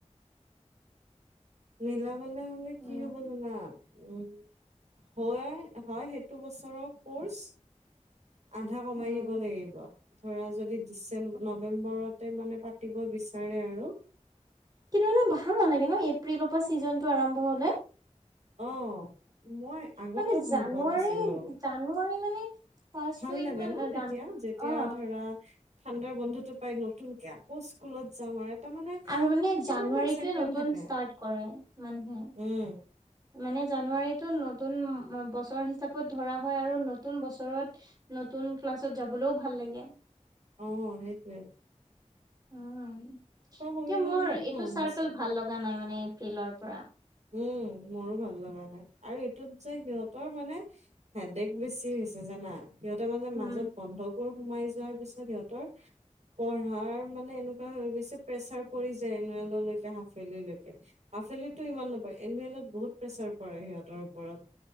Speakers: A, on the right; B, on the right.
A: মিলাবলে হলে
B: উম,
A: কি হ'ব জানা উম হয় হয় সেইটো বছৰৰ কৰ্চ আধা কমাই
B: উম,
A: দিব লাগিব। ধৰা যদি ডিচেম্ব নৱেম্বৰতে মানে পাতিব বিচাৰে আৰু
B: কিন্তু মানে ভাল নালাগে ন' এপ্ৰিলৰ পৰা ছিজনটো আৰম্ভ হলে
A: অ' মই আগতেও
B: মানে
A: ভাল
B: জানুৱাৰী
A: পোৱা নাছিলো।
B: জানুৱাৰী মানে ফাৰ্ষ্ট
A: ভাল
B: উইক
A: লাগে
B: মান
A: ন
B: জানুৱাৰী
A: তেতিয়া যেতিয়া
B: অ
A: ধৰা ঠাণ্ডাৰ বন্ধতো পায় নতুনকে আকৌ স্কুলত যাম আৰু এটা মানে
B: আৰু মানে
A: কিবা
B: জানুৱাৰীটোৱে
A: এটা এক্সাইটমেন্ট
B: নতুন
A: থাকে
B: ষ্টাৰ্ট কৰে মানুহে।
A: উম
B: মানে জানুৱাৰীতো নতুন বছৰ হিচাপত ধৰা হয় আৰু নতুন বছৰত নতুন ক্লাছত যাবলৈও ভাল লাগে
A: অ সেইটোৱে
B: অ এতিয়া
A: কৰি
B: মোৰ
A: ললেই
B: এইটো
A: ভাল
B: চাৰ্কেল
A: আছিল
B: ভাল লগা নাই মানে এপ্ৰিলৰ পৰা
A: উম মোৰো ভাল লগা নাই আৰু এইটোত যে সিহঁত তৰ মানে হেডডেক বেছি হৈছে জানা সিহঁতৰ মানে
B: উম,
A: মাজত বন্ধ বোৰ সোমাই যোৱাৰ পিছত সিহঁতৰ পঢ়াৰ মানে এনে এনেকোৱা হৈ গৈছে প্ৰেচাৰ পৰি যায় এনুৱেললৈকে হাফৱেলিলৈকে হাফৱেলিটো ইমান এনুৱেলত বহুত প্ৰেচাৰ পৰে সিহঁতৰ ওপৰত